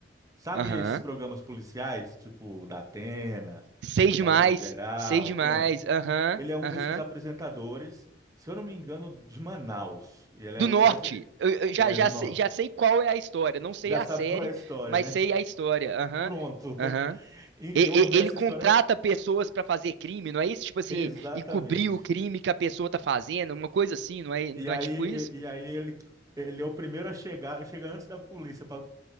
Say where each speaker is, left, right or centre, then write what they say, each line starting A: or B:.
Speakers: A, on the right (about 20°); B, on the right (about 70°).
A: Sabe
B: Aham.
A: esses programas policiais, tipo da Atena,
B: Sei
A: é,
B: demais,
A: Balanço Geral,
B: sei demais.
A: pronto?
B: Aham,
A: Ele é um
B: aham.
A: desses apresentadores, se eu não me engano, de Manaus. Ele
B: Do
A: era
B: norte.
A: o mais.
B: Eu, eu
A: É,
B: já, já,
A: no norte.
B: sei, já sei qual é a história. Não sei
A: Já
B: a
A: sabe
B: série,
A: qual é a história,
B: mas
A: né?
B: sei a história. Aham,
A: Pronto.
B: aham.
A: <laughs> E
B: E-
A: Eu ouvi
B: e-
A: essa
B: Ele contrata
A: história
B: pessoas pra fazer crime, não é isso? Tipo assim,
A: exatamente.
B: e cobrir o crime que a pessoa tá fazendo, uma coisa assim, não é, não
A: E aí,
B: é tipo isso?
A: e, e aí ele, ele é o primeiro a chegar, chega antes da polícia para